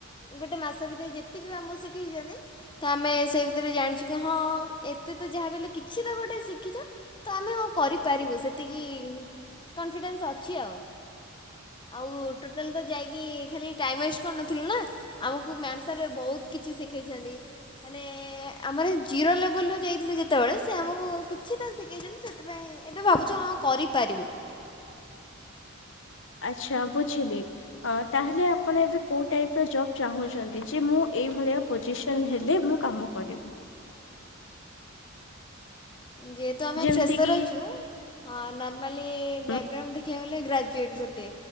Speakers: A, on the left; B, on the left.
A: ଗୋଟେ ମାସ ଭିତରେ ଯେତିକି ବି ଆମକୁ ସେ ଶିଖେଇଛନ୍ତି ତ ଆମେ ସେଇ ଭିତରେ ଜାଣିଛୁ କି ହଁ ଏତେ ତ ଯାହାବଲେ କିଛି ତ ଗୋଟେ ଶିଖିଛ। ତ ଆମେ ହଁ କରିପାରିବୁ ସେତିକି କନଫିଡେନ୍ସ ଅଛି ଆଉ। ଆଉ ଟଟାଲ ତ ଯାଇକି ଖାଲି ଟାଇମ ୱେଷ୍ଟ କରିନଥିଲୁ ନା ଆମକୁ ମାମ୍ ସାର୍ ବହୁତ୍ କିଛି ଶିଖେଇଛନ୍ତି। ମାନେ ଆମର ଜିରୋ ଲେବଲ ରୁ ଯାଇଥିଲୁ ଯେତେବେଳେ ସେ ଆମକୁ କିଛି ତ ଶିଖେଇଛନ୍ତି ସେଥିପାଇଁ ଏବେ ଭାବୁଛୁ ହଁ କରିପାରିବୁ।
B: ଆଚ୍ଛା ବୁଝିଲି ଆଁ ତାହା ହେଲେ ଆପଣ ଏବେ କୋଉ ଟାଇପ ର ଜବ୍ ଚାହୁଁଛନ୍ତି ଯେ ମୁଁ ଏଇଭଳିଆ ପୋଜିସନ ହେଲେ ମୁଁ କାମ କରିବି।
A: ପଜିସ <unintelligible> ଯେହେତୁ ଆମେ
B: ଯେମିତି
A: ଫ୍ରେସର
B: କିି
A: ଅଛୁ ଆ ନର୍ମାଲି
B: ଉଁ,
A: ବ୍ୟାକଗ୍ରାଉଣ୍ଡ ଦେଖି ଖିବାକୁ ଗଲେ ଗ୍ରାଜୁଏଟ୍ ଗୋଟେ